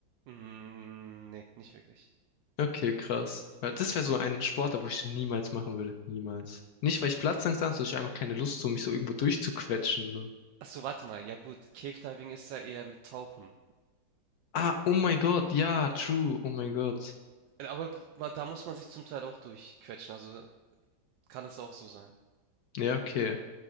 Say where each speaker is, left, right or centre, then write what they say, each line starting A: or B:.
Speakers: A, on the right; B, on the left.
A: Mm, nee, nicht wirklich.
B: Okay, krass. Weil Das wäre so ein Sportart, wo ich niemals machen würde. Niemals. Nicht, weil ich Platzangst habe, sondern ich hab einfach keine Lust, so mich so irgendwo durchzuquetschen. So.
A: ach so warte mal. Ja gut, Cave Diving ist ja eher mit Tauchen.
B: Ah, oh mein Gott, ja, true, oh mein Gott.
A: Aber ma- da muss man sich zum Teil auch durchquetschen. Also kann es auch so sein.
B: Ja, okay.